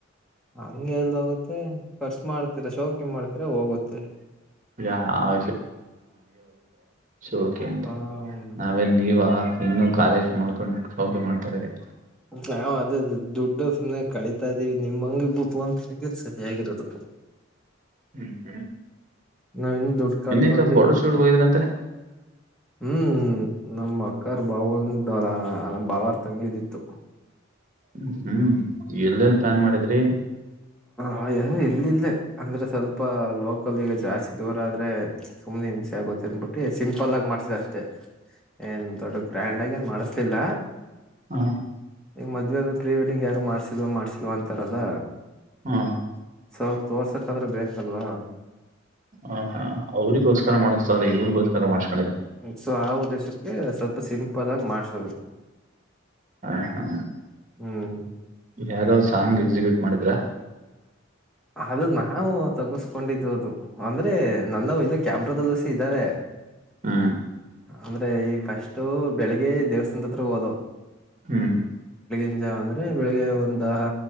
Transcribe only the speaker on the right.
ಯಾವ ಶೋಕೆ ಅಂತೆ
ನಾವೇನ್ ನೀವ? ಇನ್ನು ಕಾಲೇಜ್ ಮಾಡ್ಕೊಂಡು ಶೌಕಿ ಮಾಡ್ತಾರೆಗೇ
ಹ್ಮ್
ಈಗ ಫೋಟೋಶೂಟ್ಗೆ ಹೋಗಿದ್ರಂತೆ
್ಮ ಹ್ಮ್ ಎಲ್ಲಲ್ ಪ್ಲಾನ್ ಮಾಡಿದ್ರಿ
ಹಾ
ಹಾ
ಹ ಹಾ ಅವ್ರಗೋ ಮಾಡ್ತಾರೆ ಇವ್ಗ ಸಮ
ಹ ಹಾ
ಯಾವ್ದೋ ಸಾಂಗ್ ಎಕ್ಸಿಕ್ಯೂಟ್ ಮಾಡಿದ್ರಾ
ಹಾ
ಹ್ಮ್